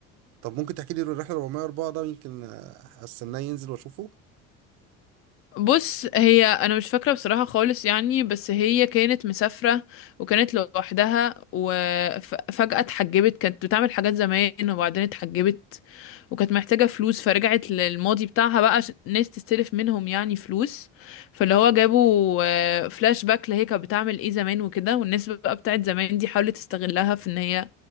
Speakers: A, on the right (about 65°); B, on the left (about 45°).
A: طب ممكن تحكي لي الرحله 404 ده يمكن آه، استناه ينزل واشوفه
B: بص هي انا مش فاكره بصراحه خالص يعني بس هي كانت مسافره وكانت لوحدها وفجاه اتحجبت كانت بتعمل حاجات زمان وبعدين اتحجبت وكانت محتاجه فلوس فرجعت للماضي بتاعها بقى عشان الناس تستلف منهم يعني فلوس فاللي هو جابوا آه، فلاش باك لهي كانت بتعمل ايه زمان وكده والناس بقى بتاعت زمان دي حاولت تستغلها في ان هي